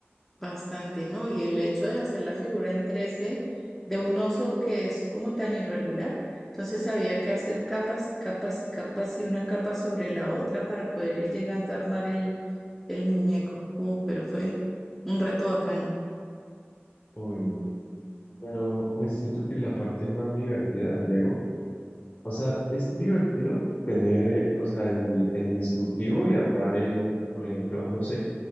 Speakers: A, in the centre; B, on the left (about 45°).
A: Bastante, ¿no? Y el hecho de hacer la figura en tres d de un oso que es como tan irregular, entonces había que hacer capas y capas y capas y una capa sobre la otra para poder ir llegando a armar el, el muñeco. Uh, pero fue un reto bacano.
B: Uy, no. Pero pues siento que la parte más divertida del Lego, o sea, es divertido tener, o sea, el, el instructivo y armar el, por ejemplo, no sé,